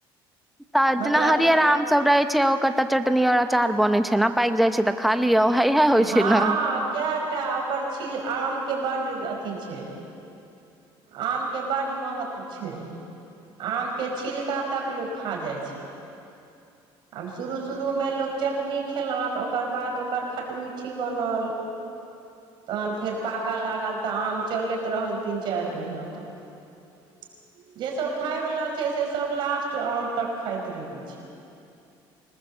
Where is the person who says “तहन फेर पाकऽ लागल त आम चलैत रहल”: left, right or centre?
Right